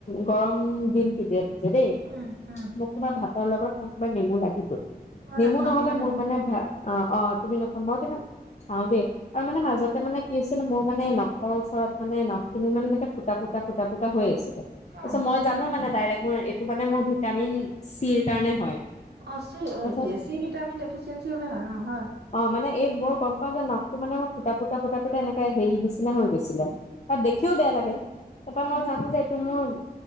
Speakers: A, on the left; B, on the right.
A: গৰম দিনটো যে যদি
B: উম উম
A: মোক তোমাৰ ভাতৰ লগত মোক বা নেমু লাগিবই
B: মই
A: নেমু
B: নাখাও
A: নহলে
B: নহয় নেমু
A: মোক মানে ভাত অত অ তুমি নোখোৱা মই কিন্তু খাওঁদে আৰু মাজতে মনে কি আছিলে মোৰ মানে নখৰ ওচৰত মানে নখখিনি মানে ফুটা ফুটা ফুটা ফুটা হৈ আছিল
B: অ
A: আচ্ছা মই জানো মানে ডাইৰেক্ট মোৰ এইটো মানে মোৰ ভিটামিন চিৰ কাৰণে হয়
B: আছিল
A: তাৰপিছত
B: জেছি ভিটামিন দেফিছেঞ্চি হলে হয় অ হয়
A: অ মানে এই মই গমপাওঁ যে নাকটো মানে মোৰ ফুটা ফুটা ফুটা ফুটা এনেকে হেই নিচিনা হৈ গৈছিলে বাট দেখিও বেয়া লাগে তাৰপৰা
B: উম
A: মই জানো যে এইটো মোৰ